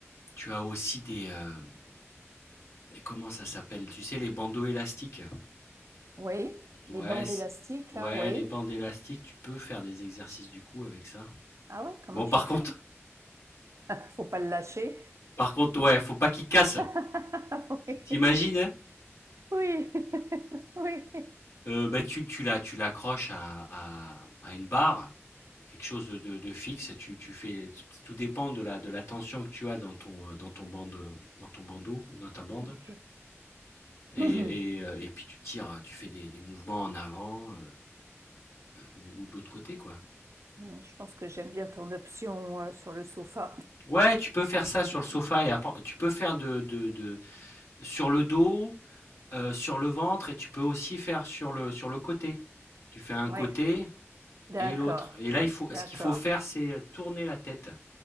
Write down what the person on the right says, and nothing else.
oui,
les bandes
élastiques,
là, oui.
Ah ouais, comment
tu
fais?
Faut pas le lâcher.
<laughs> Oui,
oui, <laughs> oui,
ok.
<clears throat>
Hmm, Je pense que j'aime bien ton option euh, sur le sofa.
<laughs>
Ouais,
d'accord,
d'accord.